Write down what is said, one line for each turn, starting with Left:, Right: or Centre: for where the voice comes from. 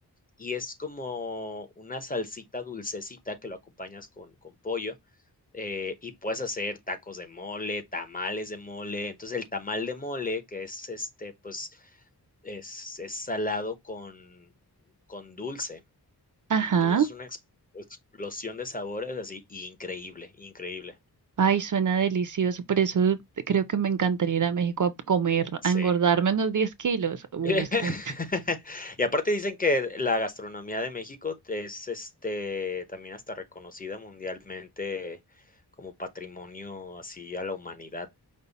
Left: y es como una salsita dulcecita que lo acompañas con, con pollo. eh, y puedes hacer tacos de mole, tamales de mole. Entonces el tamal de mole, que es este, pues es, es salado con, con dulce.
Right: Ajá.
Left: Entonces es una ex- explosión de sabores así increíble, increíble.
Right: Ay, suena delicioso. Por eso creo que me encantaría ir a México a comer, a
Left: Sí.
Right: engordarme unos diez kilos. Uy,
Left: <laughs>
Right: sí,
Left: Y aparte dicen que la gastronomía de México es, este, también hasta reconocida mundialmente como patrimonio así a la humanidad.